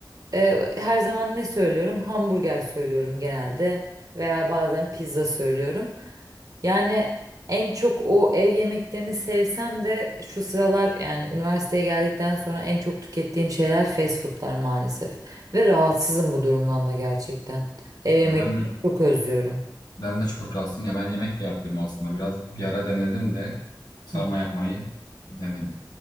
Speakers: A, on the right (about 45°); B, on the left (about 60°).
A: E, her zaman ne söylüyorum? Hamburger söylüyorum genelde veya bazen pizza söylüyorum. Yani en çok o ev yemeklerini sevsem de şu sıralar yani üniversiteye geldikten sonra en çok tükettiğim şeyler fast foodlar maalesef. Ve rahatsızım bu durumdan da gerçekten. Ev yemekleri
B: Ya ben de
A: çok özlüyorum.
B: Ben de çok rahatsızım ya ben yemek de yapıyorum aslında biraz bir ara denedim de sarma
A: Hı
B: yapmayı yani